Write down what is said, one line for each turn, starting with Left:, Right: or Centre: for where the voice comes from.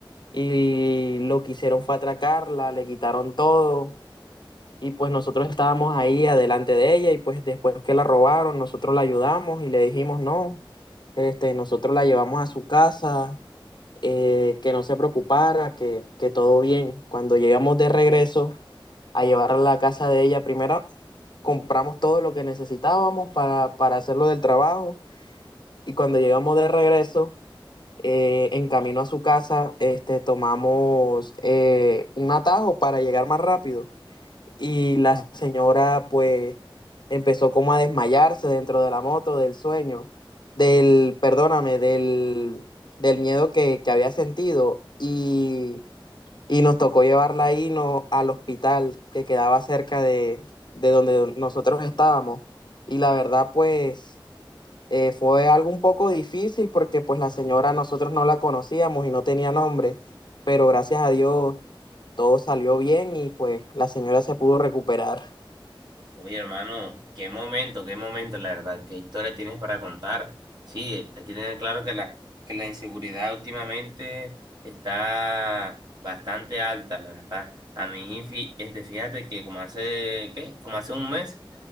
Left: Y lo que hicieron fue atracarla, le quitaron todo. Y pues nosotros estábamos ahí adelante de ella y pues después que la robaron, nosotros la ayudamos y le dijimos, no, este, nosotros la llevamos a su casa, eh, que no se preocupara, que, que todo bien. Cuando llegamos de regreso, a llevarla a la casa de ella. Primero compramos todo lo que necesitábamos para, para hacerlo del trabajo y cuando llegamos de regreso, eh, en camino a su casa, este, tomamos eh, un atajo para llegar más rápido y la señora pues empezó como a desmayarse dentro de la moto, del sueño, del, perdóname, del, del miedo que, que había sentido y y nos tocó llevarla ahí no, al hospital que quedaba cerca de, de donde nosotros estábamos. Y la verdad, pues, eh, fue algo un poco difícil porque pues la señora nosotros no la conocíamos y no tenía nombre, pero gracias a Dios todo salió bien y pues la señora se pudo recuperar.
Right: Oye, hermano, qué momento, qué momento, la verdad, qué historia tienes para contar. Sí, hay que tener claro que la, que la inseguridad últimamente está bastante alta, la verdad. A mí, fí- este, fíjate que como hace, ¿qué? Como hace un mes,